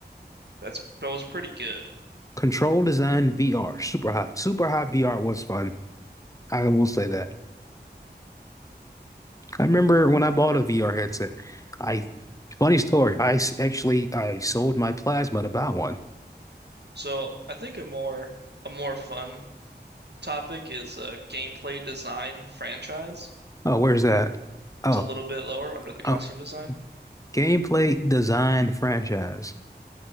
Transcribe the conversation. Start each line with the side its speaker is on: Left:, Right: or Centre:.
Right: that's that was pretty good.
Left: Control design VR, super hot. Super hot VR was fun. I will say that. I remember
Right: Mm.
Left: when I bought a VR headset. I funny story. I s- actually I sold my plasma to buy one.
Right: So I think a more a more fun topic is uh, gameplay design franchise.
Left: Oh, where's that? Oh,
Right: It's a little bit lower under the costume
Left: oh,
Right: design.
Left: gameplay design franchise.